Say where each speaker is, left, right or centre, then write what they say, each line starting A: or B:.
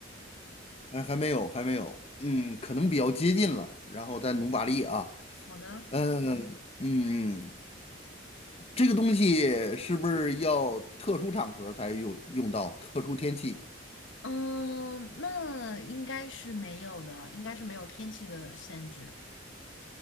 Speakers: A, on the left; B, on the left.
A: 还还没有，还没有，嗯，可能比较接近了，然后再努把力啊，
B: 好的，
A: 嗯嗯，这个东西是不是要特殊场合才用用到，特殊天气？
B: 嗯，那应该是没有的，应该是没有天气的限制。